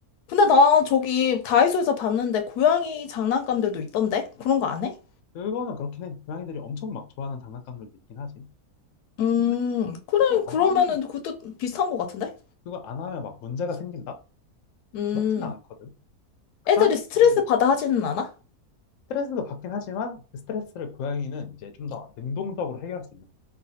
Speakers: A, on the left (about 85°); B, on the left (about 65°).
A: 근데 나 저기 다이소에서 봤는데 고양이 장난감들도 있던데? 그런 거 안 해?
B: 그거는 그렇긴 해. 고양이들이 엄청 막 좋아하는 장난감들도 있긴 하지.
A: 음.
B: 근데
A: 그래,
B: 그걸 안
A: 그러면은
B: 하면,
A: 그것도 비슷한 거 같은데?
B: 그걸 안 하면 막 문제가 생긴다?
A: 음.
B: 그렇진 않거든. 강아지인데
A: 애들이 스트레스 받아 하지는 않아?
B: 스트레스도 받긴 하지만 그 스트레스를 고양이는 이제 좀 더 능동적으로 해결할 수 있는